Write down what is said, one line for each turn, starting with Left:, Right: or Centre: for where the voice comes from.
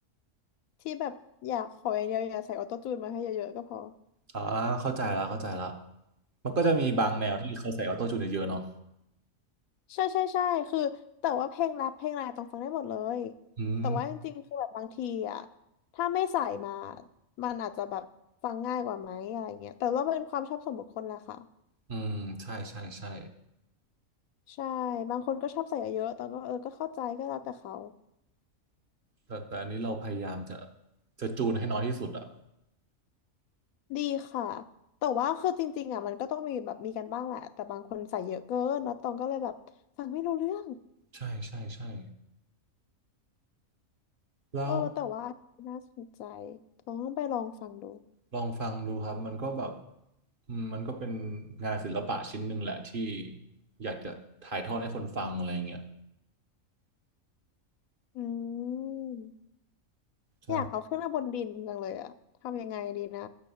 Left: ที่แบบอยากขออย่างเดียวอย่าใส่ออโต้จูนมาให้เยอะๆก็พอ
Right: อ่าเข้าใจละเข้าใจละมันก็จะมีบางแนวที่เขาใส่ออโต้จูนเยอะๆเนาะ
Left: ใช่ใช่ใช่คือแต่ว่าเพลงรักเพลงอะไรต้องฟังได้หมดเลย
Right: อืม
Left: แต่ว่าจริงๆคือแบบบางทีอ่ะถ้าไม่ใส่มามันอาจจะแบบฟังง่ายกว่าไหมอะไรเงี้ยแต่ว่าเป็นความชอบส่วนบุคคลแหละค่ะ
Right: อืมใช่ใช่ใช่
Left: ใช่บางคนก็ชอบใส่เยอะๆตอนก็เออก็เข้าใจก็แล้วแต่เขา
Right: แต่แต่อันนี้เราพยายามจะจะจูนให้น้อยที่สุดอ่ะ
Left: ดีค่ะแต่ว่าคือจริงๆอ่ะมันก็ต้องมีแบบมีกันบ้างแหละแต่บางคนใส่เยอะเกินแล้วตองก็เลยแบบฟังไม่รู้เรื่อง
Right: ใช่ใช่ใช่แล้ว
Left: เออแต่ว่าน่าสนใจต้องไปลองฟังดู
Right: ลองฟังดูครับมันก็แบบอืมมันก็เป็นงานศิลปะชิ้นหนึ่งแหละที่อยากจะถ่ายทอดให้คนฟังอะไรอย่างเงี้ย
Left: อืม
Right: ใช่
Left: อยากเอาขึ้นมาบนดินจังเลยอะทำยังไงดีนะ